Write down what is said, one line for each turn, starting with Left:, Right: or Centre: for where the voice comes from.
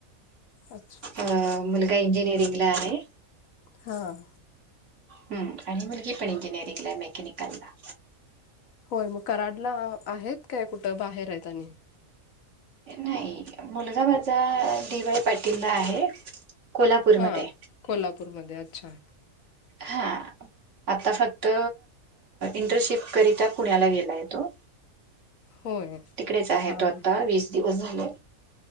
Left: अच्छा.
Right: अ मुलगा इंजिनिअरिंगला आहे.
Left: हां.
Right: हम्म आणि मुलगीपण इंजीनिअरिंगला आहे, मेकॅनिकलला.
Left: होय मग कराडला आहेत, काय कुठं बाहेर आहेत आणि?
Right: नाही, मुलगा माझा डी वाय पाटीलला आहे. कोल्हापूरमध्ये
Left: हा, कोल्हापूरमध्ये अच्छा.
Right: हा. आता फक्त इंटरशिप करिता पुण्याला गेलाय तो.
Left: होय
Right: तिकडेच आहे
Left: हा हा
Right: तो आता वीस दिवस झाले